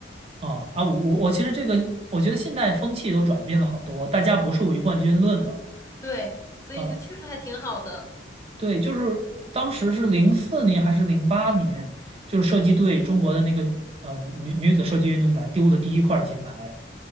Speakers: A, on the right (about 30°); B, on the left (about 15°).
A: 啊啊！我我我其实这个，我觉得现在风气都转变了好多，大家不是唯冠军论了
B: 对，所以就确实还挺好的。
A: 啊。对，就是当时是零四年还是零八年，就是射击队中国的那个呃女女子射击运动员丢的第一块金牌